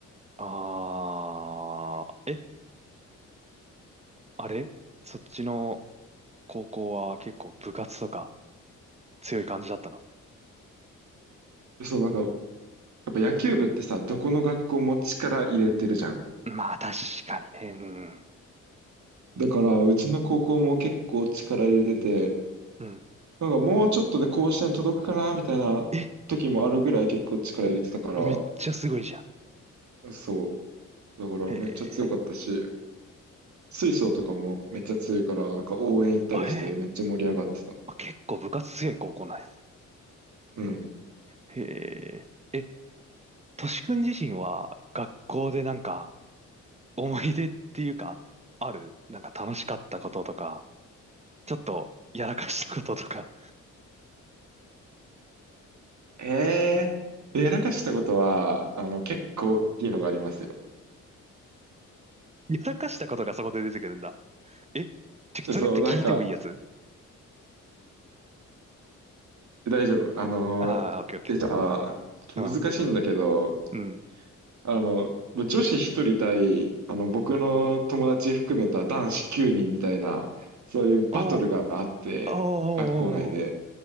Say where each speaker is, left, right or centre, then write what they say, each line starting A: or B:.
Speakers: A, on the right; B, on the right.
A: あー、え、あれそっちの、高校は結構部活とか強い感じだったの
B: そう、なんかやっぱ野球部ってさ、どこの学校も力入れてるじゃん。
A: まあ確かにね。うん。
B: だからうちの高校も結構力入れてて、
A: うん。
B: なんかもうちょっとで甲子園届くかなみたいな時もあるぐらい結構力入れてたから、
A: え、めっちゃすごいじゃん。
B: そう。だからめっちゃ強かったし、
A: へえ。
B: 水晶とかもめっちゃ強いから、なんか応援行ったりしてめっちゃ盛り上がってた。
A: あ、ええ。あ、結構部活強い高校なんや。
B: うん。
A: へえ。え、としくん自身は学校でなんか思い出っていうか、あるなんか楽しかったこととか、ちょっとやらかしたこととか。
B: えー、やらかしたことは、あの、結構大きいのがありますよ。
A: <laughs> やらかしたことがそこで出てくるんだ。え、ちょ、
B: でそう、
A: それって聞いてもいいやつ
B: なんか、大丈夫。あの、
A: ああー、オッケーオッケ
B: え、じゃあ、ちょっと難しいんだけど、
A: ー。うん。うん。
B: あの、もう女子一人対、あの、僕の友達含めた男子9人みたいな、そういうバトルがあって、
A: お、おーおー
B: 学校内で。
A: おー